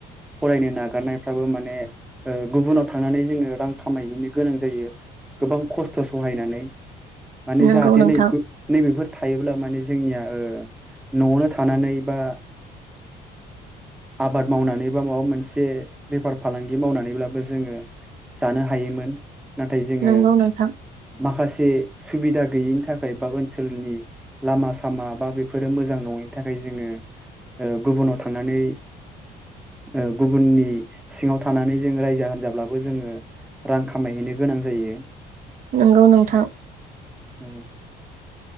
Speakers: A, in the centre; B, on the right.
A: फरायनो नागारनायफ्राबो माने ओ गुबुनाव थांनानै जोङो रां खामायहैनो गोनां जायो गोबां खस्थ' सहायनानै माने
B: नंगौ
A: जाहाथे
B: नोंथां
A: नै नैबेफोर ब्ला माने जोंनिया ओ न'आवनो थानानै बा आबाद मावनानै बा माबा मोनसे बेफार फालांगि मावनानैब्लाबो जोङो जानो हायोमोन नाथाय जोङो
B: नंगौ नोंथां
A: माखासे जे सुबिदा गैयिनि थाखाय बा ओनसोलनि लामा सामा बा बेफोरो मोजां नङैनि थाखाय जोङो ओ गुबुनाव थानानै ओ गुबुननि सिङाव थानानै जों रायजा होनजाब्लाबो जोङो रां खामायहैनो गोनां जायो
B: नोंगौ नोंथां
A: नोंगौ